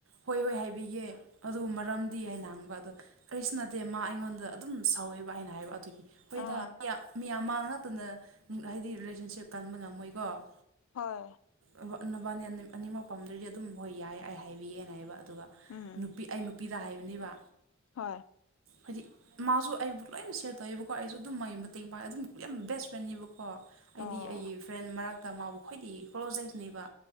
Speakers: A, on the right; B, on the left.
A: ꯍꯣꯏ ꯍꯣꯏ ꯍꯥꯏꯕꯤꯒꯦ ꯑꯗꯨ ꯃꯔꯝꯗꯤ ꯍꯥꯏꯅ ꯍꯪꯕ ꯑꯗꯣ ꯀꯔꯤꯁꯨꯅꯇꯦ ꯃꯥ ꯑꯩꯉꯣꯟꯗ__ ꯑꯗꯨꯝ ꯁꯧꯋꯦꯕ ꯑꯩꯅ ꯍꯥꯏꯕ ꯑꯗꯨꯒꯤ ꯍꯣꯏꯗ
B: ꯑꯥ
A: ꯑꯩꯌꯥ ꯫ ꯃꯤ ꯑꯃ ꯉꯥꯛꯇꯅ ꯍꯨꯡ ꯍꯥꯏꯗꯤ ꯔꯤꯂꯦꯁꯟꯁꯤꯞ ꯀꯟꯕ ꯉꯝꯃꯣꯏꯀꯣ ꯫
B: ꯍꯣꯏ
A: ꯑꯕꯥ ꯅꯕꯥꯅꯤ ꯑꯅꯤ ꯑꯅꯤꯃꯛ ꯄꯝꯗ꯭ꯔꯗꯤ ꯑꯗꯨꯝ ꯍꯣꯏ ꯌꯥꯏ ꯑꯩ ꯍꯥꯏꯕꯤꯌꯦꯅ ꯍꯥꯏꯕ ꯑꯗꯨꯒ ꯫
B: ꯎꯝ
A: ꯅꯨꯄꯤ ꯑꯩ ꯅꯨꯄꯤꯗ ꯍꯥꯏꯕꯅꯤꯕ
B: ꯍꯣꯏ ꯫
A: ꯍꯥꯗꯤ ꯃꯥꯁꯨ ꯑꯩꯕꯨ ꯂꯣꯏꯅ ꯁꯦꯌꯔ ꯇꯧꯋꯦꯕꯀꯣ ꯑꯩꯁꯨ ꯑꯗꯨꯝ ꯃꯥꯒꯤ ꯃꯇꯦꯡ ꯄꯥꯡꯉꯦ ꯑꯗꯨꯝ ꯌꯥꯝ ꯕꯦꯁ ꯐ꯭ꯔꯦꯟꯅꯦꯕꯀꯣ ꯫
B: ꯑꯣ
A: ꯑꯩꯗꯤ ꯑꯩꯒꯤ ꯐ꯭ꯔꯦꯟ ꯃꯔꯛꯇ ꯃꯥꯕꯨ ꯈ꯭ꯋꯥꯗꯤ ꯀ꯭ꯂꯣꯂꯣꯖꯦꯁꯅꯦꯕ